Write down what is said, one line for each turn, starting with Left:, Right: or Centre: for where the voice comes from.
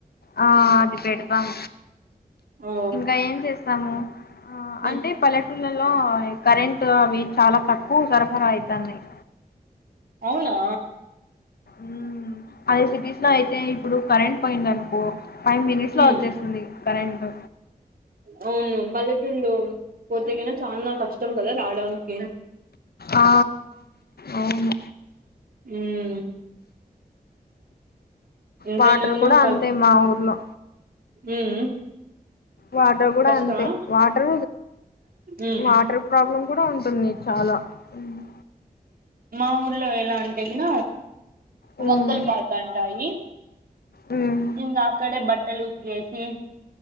Left: ఆ ఇట్ల యెడతాం
Right: ఓ
Left: ఇంక ఏమ్ చె తము ఆ
Right: మ్మ్
Left: అంటె పల్లెటూళ్లలో కరెంట్ అవి చాలా తక్కువ సరఫరా అయితాందియి
Right: అవునా
Left: ఉమ్ అదే సిటీస్ లో అయితే ఇప్పుడు కరెంట్ పోయిందనుకో ఫైవ్ మినిట్స్లో
Right: మ్మ్
Left: వచ్చేస్తుంది కరెంట్
Right: అవును పల్లెటూర్లో పోతే గిన చాల్నా కష్టం కదా రావడానికి
Left: ఆ అవును
Right: ఉమ్ ఎంతైనా
Left: వాటర్
Right: గిన
Left: కూడ
Right: పల్
Left: అంతె మా ఊర్లో
Right: ఉమ్
Left: వాటర్ కూడా
Right: కష్టమా
Left: అంతే వాట్ర్
Right: ఉమ్
Left: వాటర్ ప్రాబ్లమ్ కూడా ఉంటుంది చాలా హ్మ్మ్
Right: మా ఊర్లో ఎలా ఉంటే గిన
Left: హ్మ్
Right: వంకల్ పాట అంటాయి
Left: హ్మ్
Right: ఇంకా అక్కడ బట్ ట్టలు ఉత్కేసి